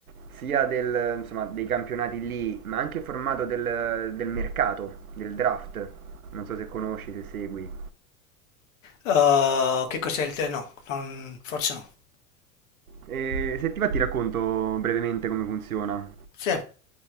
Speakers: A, on the right; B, on the left.
A: sia del, insomma, dei campionati lì, ma anche il formato del, del mercato, del draft. Non so se conosci, se segui.
B: Eh, che cos'è il te? No, non- forse no.
A: Eh, se ti va ti racconto brevemente come funziona.
B: Sì,